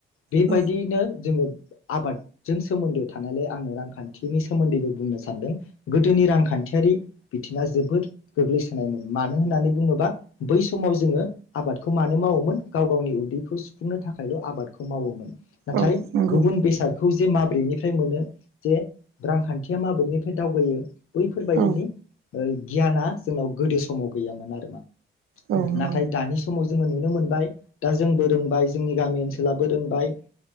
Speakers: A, on the left (about 85°); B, on the right (about 80°).
A: बेबायदियैनो
B: औ
A: जोङो। आबाद। जों सोमोन्दो थानायलाय आङो रांखान्थिनि सोमोन्दैबो बुंनो सानदों गोदोनि रांखान्थियारि बिथिङा जोबोद गोग्लैसोनायमोन मानो होननानै बुङोबा बै समाव जोङो आबादखौ मानो मावोमोन गाव गावनि उदैखौ सुफुंनो थाखायल। आबादखौ मावोमोन नाथाय
B: औ नंगौ
A: गुबुन बेसादखौ। जे माब्रैनिफ्राय मोनो जे रांखान्थिया माब्रैनिफ्राय दावगायो। बैफोरबायदिनि।
B: औ नंगौ औ
A: गियाना जोंनाव गोदो समाव गैयामोन आरो मा।
B: औ नंगौ
A: नाथाय दानि समाव। जोङो नुनो मोनबाय दा जोंबो रोंबाय जोंनि गामि ओनसोलाबो रोंबाय